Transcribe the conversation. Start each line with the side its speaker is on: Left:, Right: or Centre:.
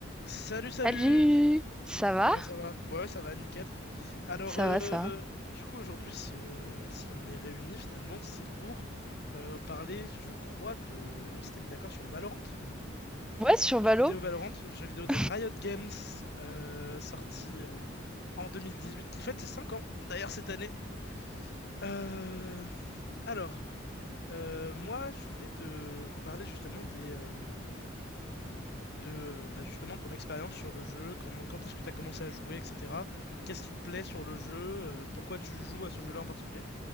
Left: Salut,
Centre: Salut,
Left: salut!
Centre: ça va?
Left: Comment ça va? Ouais, ça va, nickel. Alors,
Centre: Ça
Left: euh,
Centre: va, ça va.
Left: du coup, aujourd'hui, si on, si on est réunis, finalement, c'est pour euh, parler, je crois, de... On s'était mis d'accord sur Valorant?
Centre: Ouais, sur
Left: Le
Centre: Valo.
Left: jeu vidéo Valorant,
Centre: <laughs>
Left: jeu vidéo de Riot Games, euh, sorti euh, en 2018, qui fête ses 5 ans, d'ailleurs, cette année. Euh, alors, euh, moi, je voulais te parler justement des, euh, de euh, bah, justement ton expérience sur le jeu, comment, quand est-ce que tu as commencé à jouer, etc. Qu'est-ce qui te plaît sur le jeu, euh, pourquoi tu joues à ce jeu-là en particulier.